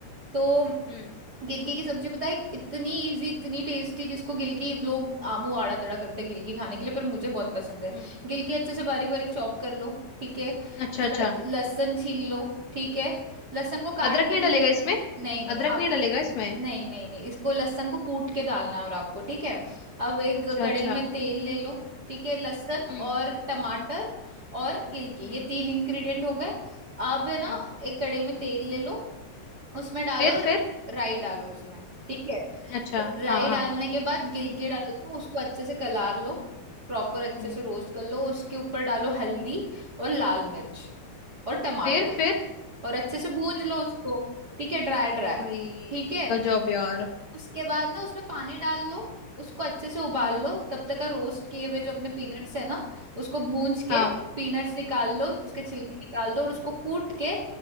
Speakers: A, on the right; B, on the left.
A: तो
B: हम्म
A: गिलकी की सब्जी बताए इतनी इजी इतनी टेस्टी जिसको गिलकी लोग आमू आड़ा तड़ा करते हैं गिलकी खाने के लिए पर मुझे बहुत पसंद है
B: हम्म।
A: गिलकी अच्छे से बारीक बारीक चॉप कर लो ठीक है
B: अच्छा
A: ल-
B: अच्छा
A: लहसुन छील लो ठीक है लहसुन को काट
B: अदरक नहीं
A: के नहीं
B: डलेगा इसमें
A: नहीं नहीं
B: अदरक
A: आप
B: नहीं डलेगा इसमें
A: नहीं नहीं नहीं इसको लहसुन को कूट के डालना है और आपको ठीक है अब एक
B: अच्छा
A: कढ़ाई
B: अच्छा
A: में तेल ले लो ठीक है लहसुन और
B: हम्म
A: टमाटर और गिलकी
B: हम्म
A: ये तीन इंग्रेडिएंट हो गए अब है ना
B: हम्म
A: एक कढ़ाई में तेल ले लो उसमें डालो
B: फिर
A: र-
B: फिर
A: राई डालो उसमें ठीक है
B: अच्छा
A: राई
B: हाँ हाँ
A: डालने के बाद गिलकी डाल दो उसको अच्छे से कलार लो प्रॉपर अच्छे
B: हम्म
A: से रोस्ट कर लो उसके ऊपर डालो हल्दी और लाल मिर्च और टमाटर
B: फिर फिर
A: और अच्छे से भूंज लो उसको ठीक है ड्राई ड्राई
B: ओ भाई
A: ठीक है
B: गजब यार
A: उसके बाद ना उसमें पानी डाल लो उसको अच्छे से उबाल
B: हम्म
A: लो तब तक का रोस्ट किए हुए जो अपने पीनट्स है ना उसको भूंज
B: हाँ
A: के पीनट्स निकाल लो उसके छिलके निकाल दो और उसको कूट के